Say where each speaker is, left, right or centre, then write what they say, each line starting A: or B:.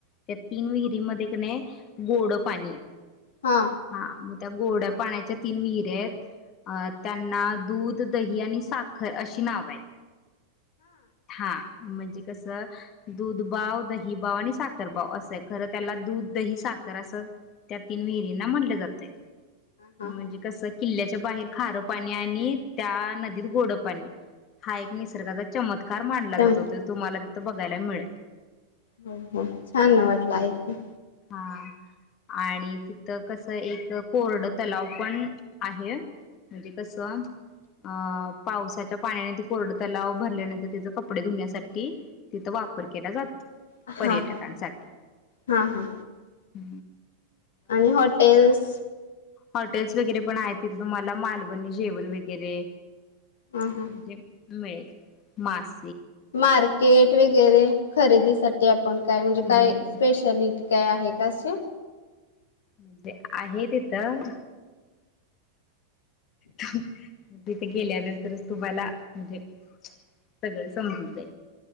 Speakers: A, on the left; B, on the left.
A: त्या तीन विहिरीमध्ये कनय गोडं पाणी हाय
B: हा
A: हा म त्या गोड्या पाण्याच्या तीन विहिरी आहेत. अं त्यांना दूध, दही आणि साखर अशी नाव आहेत. हा म्हणजे कस दूध बाव, दही बाव आणि साखर बाव असंय खरं त्याला दूध, दही, साखर असं त्या तीन विहिरींना म्हणलं जातय,
B: हा
A: म्हणजे कसं किल्ल्याच्या बाहेर खारं पाणी आणि त्या नदीत गोडं पाणी हा एक निसर्गाचा चमत्कार मानला जातो.
B: हो
A: त्यो तुम्हाला तिथं बघायला मिळल
B: हो हो छान वाटलं ऐकून
A: हा आणि तिथं कसं एक कोरड तलाव पण आहे. म्हणजे कसं अ पावसाच्या पाण्याने ती कोरडं तलाव भरल्यानंतर तेज कपडे धुण्यासाठी तिथं वापर केला जातो,
B: हा
A: पर्यटकांसाठी
B: हा हा हा
A: ह
B: आणि हॉटेल्स
A: हॉटेल्स वगैरे पण आहे तिथं तुम्हाला मालवणी जेवण वगैरे
B: हा हा
A: म्हणजे मिळेल मास
B: मार्केट वगैरे खरेदीसाठी आपण काय म्हणजे
A: हम्म
B: काय स्पेशालिटी काय आहे असं
A: म्हणजे आहे तिथं थांब तिथे गेल्यानंतरच तुम्हाला म्हणजे सगळं समजून जाई